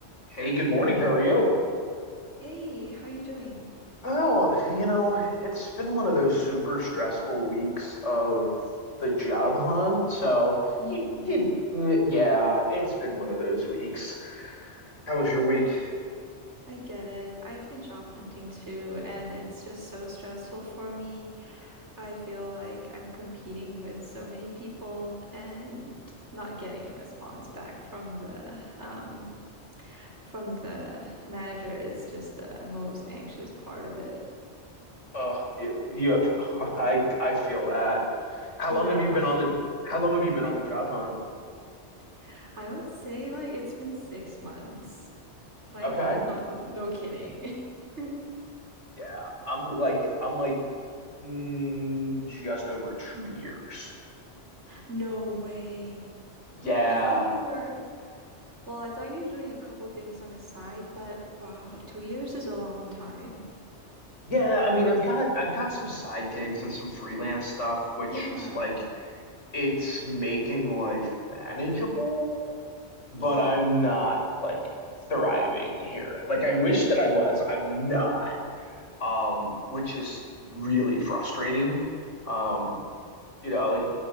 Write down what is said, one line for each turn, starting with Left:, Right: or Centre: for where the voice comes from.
Left: Hey, good morning. How are you?
Right: Hey, how you doing?
Left: Oh, you know, it's been one of those super stressful weeks of the job hunt. So,
Right: Mm,
Left: you, you, yeah, it's been one of those weeks. How was your week?
Right: I get it. I've been job hunting too, and it's just so stressful for me. I feel like I'm competing with so many people and not getting a response back from the um from the manager is just the most anxious part of it.
Left: Oh, y- yep. <laughs> I I feel that. How
Right: Yeah.
Left: long have you been on the how long have you been on the job hunt?
Right: <laughs> I would say like it's been six months. Like
Left: Okay.
Right: not no kidding. <laughs>
Left: Yeah, I'm like I'm like mm, just over two years.
Right: No way.
Left: Yeah.
Right: I thought you were Well, I thought you were doing a couple things on the side, but wow, two years is a long time.
Left: Yeah, I mean, I've got a, I've got some side gigs and some freelance stuff, which
Right: Yeah,
Left: is like it's making life manageable, but
Right: yeah,
Left: I'm not like thriving here. Like I wish that I was. I'm not. Um, which is really frustrating. Um, you know, like